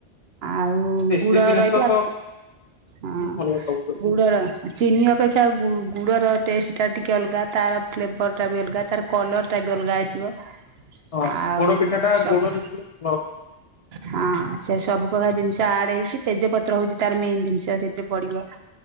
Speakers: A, on the right; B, on the left.
A: ଆଉ ଉ
B: ଦେଶୀ
A: ଗୁଡ
B: ଜିନିଷ
A: ରହିଥିଲା।
B: ତ
A: ହଁ
B: ଭଲ ସବୁଠୁ
A: ଗୁଡର ଚିନି ଅପେକ୍ଷା ଗୁ ଗୁଡର ଟେଷ୍ଟ ଟା ଟିକେ ଅଲଗା ତାର ଫ୍ଲେବର ଟା ବି ଅଲଗା ତାର କଲର୍ ଟା ବି ଅଲଗା ଆସିବ।
B: ହଁ
A: ଆଉ
B: ପୋଡ ପିଠା ଟା
A: ସବୁ।
B: ଗୋଡରେ କଲେ ଭଲ
A: ହଁ ସେ ସବୁ ପ୍ରକାର ଜିନିଷ ଆଡ୍ ହେଇକି ତେଜପତ୍ର ହଉଚି ତାର ମେନ୍ ଜିନିଷ ସେଥିରେ ପଡିବ।